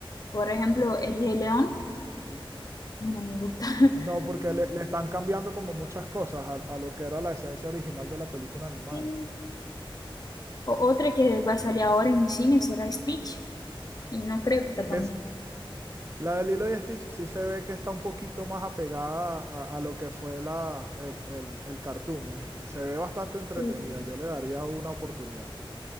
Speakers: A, on the left; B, on the right.
A: Por ejemplo, El Rey León, a mí no me gusta. <laughs>
B: No, porque le, le están cambiando como muchas cosas a, a lo que era la esencia original de la película animada.
A: Sí. O otra que va a salir ahora en cine será Stitch y no creo que está
B: Es,
A: tan
B: la de Lilo y Stitch sí se ve que está un poquito más apegada a, a lo que fue la, el, el, el cartoon. eh. Se ve bastante entretenida.
A: buena.
B: Yo le daría una oportunidad.